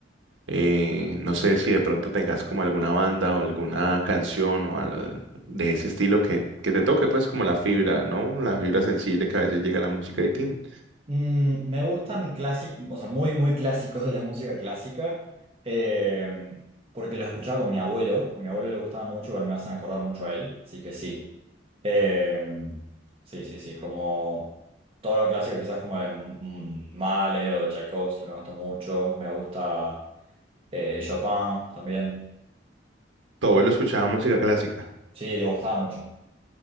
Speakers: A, on the right (about 85°); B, on the right (about 30°).
A: Eh, no sé si de pronto tengas como alguna banda o alguna canción o al- de ese estilo que, que te toque, pues como la fibra, ¿no? La fibra sensible que a veces llega a la música de Tin.
B: Mm, me gustan clásicos, o sea, muy, muy clásicos de la música clásica, eh, porque los escuchaba con mi abuelo. A mi abuelo le gustaba mucho y bueno, me hacen acordar mucho a él, así que sí. Eh, sí, sí, sí, como todo lo clásico, quizás como de mm, Mahler o de Tchaikovsky, me gustó mucho. Me gusta eh, Chopin también.
A: Tu abuelo escuchaba música clásica.
B: Sí, le gustaba mucho.